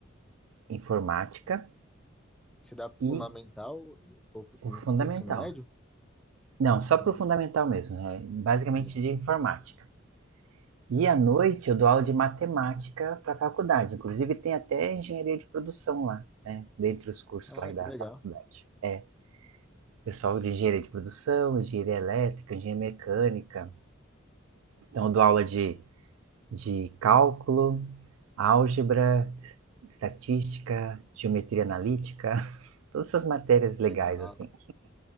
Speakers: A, on the right (about 80°); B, in the centre.
A: informática
B: Se dá pro
A: e
B: fundamental ou pro en-
A: o fundamental.
B: pro ensino médio?
A: Não,
B: Ah,
A: só
B: fundamental.
A: para o fundamental mesmo, né? basicamente
B: Legal.
A: de informática. E à noite eu dou aula de matemática para a faculdade. Inclusive tem até engenharia de produção lá, né? Dentre os cursos
B: Ah,
A: lá da
B: que legal.
A: faculdade. É, pessoal de engenharia de produção, engenharia elétrica, engenharia mecânica. Então, eu dou aula de, de cálculo, álgebra, estatística, geometria analítica, <laughs> todas essas matérias legais,
B: Legal.
A: assim.